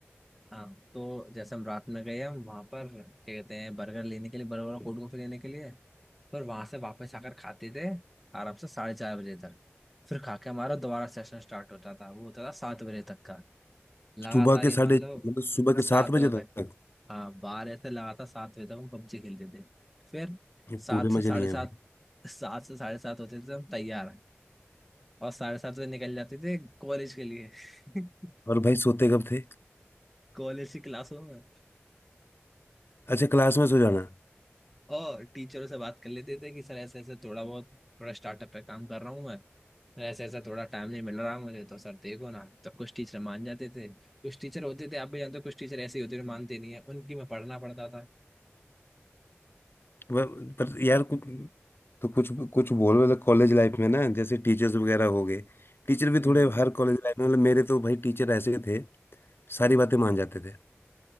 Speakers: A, in the centre; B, on the left.
A: हाँ तो जैसे हम रात में गए हम वहां पर क्या कहते हैं बर्गर लेने के लिए बर्गर और कोल्ड कॉफी लेने के लिए पर वहां से वापस आकर खाते थे आराम से साढ़े चार बजे तक फिर खा के हमारा दोबारा सेशन स्टार्ट होता था वो होता था सात बजे तक का लगातार
B: सुबह के
A: ही
B: साढ़े
A: मान
B: मतलब
A: लो
B: सुबह के
A: सात
B: सात बजे
A: बजे
B: तक
A: तक हाँ बारह से लगातार सात बजे तक हम पबजी खेलते थे फिर
B: ये
A: सात
B: पूरे
A: से
B: मजे
A: साढ़े
B: लिए
A: सात
B: हैं भाई
A: सात से साढ़े सात होते थे तो हम तैयार और साढ़े सात बजे निकल जाते थे कॉलेज के लिए <laughs>
B: और भाई सोते कब थे
A: कॉलेज की क्लासों में
B: अच्छा क्लास में सो जाना
A: और टीचरों से बात कर लेते थे कि सर ऐसे ऐसे थोड़ा बहुत थोड़ा स्टार्टअप पे काम कर रहा हूँ मैं सर ऐसे ऐसा थोड़ा टाइम नहीं मिल रहा मुझे तो सर देखो ना तो कुछ टीचर मान जाते थे कुछ टीचर होते थे आप भी जानते हो कुछ टीचर ऐसे ही होते थे मानते नहीं है उनकी मैं पढ़ना पड़ता था
B: व- पर यार कु- तो कुछ कुछ बोल मतलब कॉलेज लाइफ में ना जैसे टीचर्स वगैरह हो गए टीचर भी
A: हम्म
B: थोड़े
A: हम्म
B: हर कॉलेज लाइफ में मतलब मेरे तो भाई टीचर ऐसे थे सारी बातें मान जाते थे